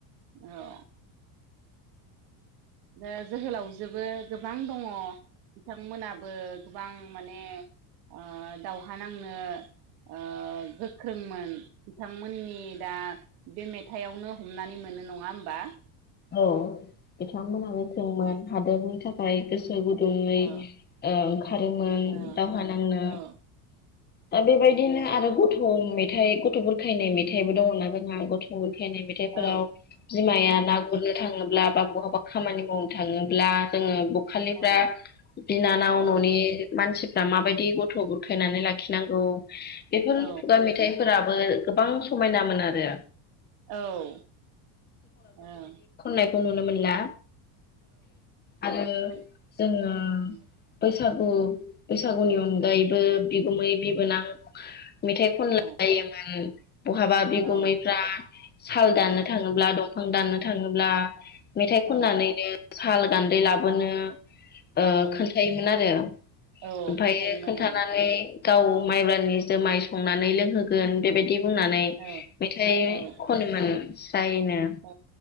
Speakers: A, on the right; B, on the left.
A: औ जोहोलावजोबो गोबां दङ बिथांमोनाबो गोबां माने ओ दावहा नांनो ओ गोख्रोंमोन बिथांमोननि दा बे मेथाइआवनो हमनानै मोनो नङा होमबा
B: औ बिथांमोनाबो गोख्रोंमोन हादोर थाखाय गोसो गुदुङै
A: औ
B: ओ ओंखारोमोन
A: औ
B: दावहा नांनो
A: औ
B: दा बेबायदिनो आरो गथ' गथ' मेथाइ गथ' बुरखायनाय मेथाइबो दङना जोंहा गथ' खायनाय मेथाइफोराव
A: औ
B: बिमाया ना थाङोब्ला बा बहाबा खामानि मावनो थाङोब्ला जोङो बखालिफ्रा
A: औ
B: बिनानाव
A: औ
B: न'नि मानसि दा माबायदि गथ' बुरखायनानै लाखिनांगौ बेफोर
A: औ
B: खुगा मेथाइ फोराबो गोबां समायनामोन आरो
A: औ औ।
B: खौ नुनो मोनला। आरो
A: मोन
B: जोङो बै
A: उम
B: बैसागु बैसागुनि अनगायैबो बिगुमै बिबोनां मेथाइ खनलायोमोन।
A: औ
B: बहाबा बिगुमैफ्रा
A: औ
B: साल दाननो थाङोब्ला
A: उम
B: दंफां दाननो थाङो ब्ला मेथाइ खननानैनो।
A: औ
B: साल गान्दै लाबोनो ओ
A: औ
B: खोन्थायोमोन आरो
A: औ
B: ओमफाय
A: खोन्थायोमोन
B: खोन्थानानै। गाव माइब्रानि जोमाय संनानै लोंहोगोन बेबायदि। बुंनानै
A: औ
B: मेथाइ
A: औ
B: खनोमोन। स्रायनो
A: औ